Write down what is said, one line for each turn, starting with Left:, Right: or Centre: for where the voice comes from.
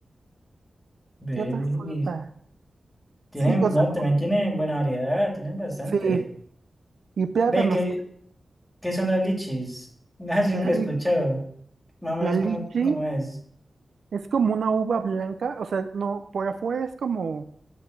Centre: ve,
Right: ¿Qué otra fruta?
Centre: uy, Tienen,
Right: Sí, o sea,
Centre: no, también tienen buena variedad, tienen bastante.
Right: sí, y plátanos.
Centre: Ve, ¿qué, qué son las lichis? <laughs> Nada, siempre
Right: La, li-
Centre: he escuchado. Más o menos
Right: la
Centre: cómo,
Right: lichi
Centre: cómo es.
Right: es como una uva blanca, o sea, no, por afuera es como,